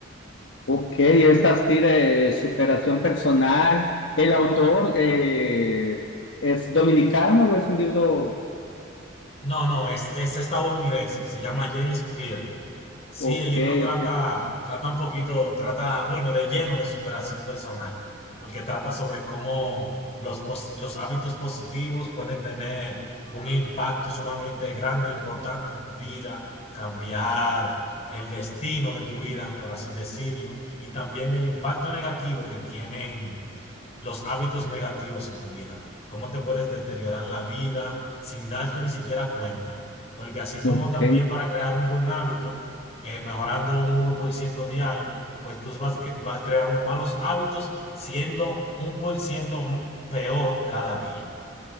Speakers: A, on the left; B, on the left.
A: Ok, es así de superación personal. El autor eh, es dominicano, o es un libro.
B: No, no, es, es estadounidense, se llama James Clear. Sí,
A: Ok,
B: el libro
A: ok.
B: trata, trata un poquito, trata, bueno, de lleno de superación personal, porque trata sobre cómo los, pos- los hábitos positivos pueden tener un impacto sumamente grande e importante en tu vida, cambiar el destino de tu vida, por así decirlo, y también el impacto negativo que tienen los hábitos negativos en tu vida, cómo te puedes deteriorar la vida sin darte ni siquiera cuenta, porque así como
A: Ok,
B: también para crear un buen hábito, eh, mejorando un uno por ciento diario, pues tú vas, vas creando malos hábitos siendo un por ciento peor cada día.